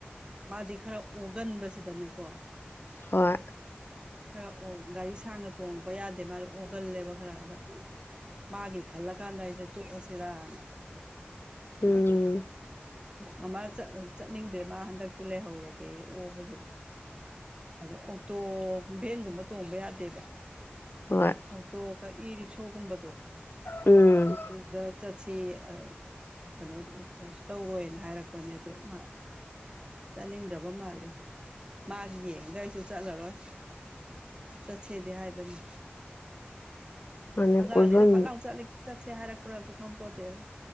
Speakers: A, on the right (about 25°); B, on the left (about 65°).
A: ꯃꯥꯗꯤ ꯈꯔ ꯑꯣꯒꯟꯕꯁꯤꯗꯅꯦꯀꯣ
B: ꯍꯣꯏ
A: ꯈꯔ ꯑꯣ ꯒꯥꯔꯤ ꯁꯥꯡꯅ ꯇꯣꯡꯕ ꯌꯥꯗꯦ ꯃꯥꯗꯤ ꯑꯣꯒꯜꯂꯦꯕ ꯈꯔ ꯑꯗ ꯃꯥꯒꯤ ꯈꯜꯂꯀꯥꯟꯗ ꯑꯩꯖꯦ ꯇꯣꯛꯑꯁꯤꯔꯅ
B: ꯎꯝ
A: ꯃꯥꯗꯤ ꯃꯃꯥ ꯆꯠ ꯆꯠꯅꯤꯡꯗꯦ ꯃꯥ ꯍꯟꯗꯛꯇꯤ ꯂꯩꯍꯧꯔꯒꯦ ꯑꯣꯕꯗꯨꯗ ꯑꯗꯣ ꯑꯣꯛꯇꯣ ꯚꯦꯟꯒꯨꯝꯕ ꯇꯣꯡꯕ ꯌꯥꯗꯦꯕ
B: ꯍꯣꯏ
A: ꯑꯣꯛꯇꯣꯒ ꯏꯔꯤꯛꯁꯣꯒꯨꯝꯕꯗꯣ
B: ꯎꯝ
A: ꯇꯨ ꯋꯤꯂꯔ <unintelligible> ꯁꯤꯌꯦ ꯑ ꯀꯩꯅꯣ ꯀꯩꯁꯨ ꯇꯧꯔꯣꯏꯅ ꯍꯥꯏꯔꯛꯄꯅꯦ ꯑꯗꯣ ꯃꯥ ꯆꯠꯅꯤꯡꯗ꯭ꯔꯕ ꯃꯥꯜꯂꯦ ꯃꯥꯒꯤ ꯌꯦꯡꯉꯒ ꯑꯩꯁꯨ ꯆꯠꯂꯔꯣꯏ ꯆꯠꯁꯦꯗꯤ ꯍꯥꯏꯕꯅꯤ
B: ꯃꯥꯅꯦ
A: ꯑꯉꯥꯡꯅꯦꯅ
B: ꯀꯣꯏꯐꯝ
A: ꯐꯠ ꯂꯥꯎ ꯆꯠꯂ ꯆꯠꯁꯦ ꯍꯥꯏꯔꯛꯄ꯭ꯔꯁꯨ ꯈꯪ ꯄꯣꯠꯇꯦꯗ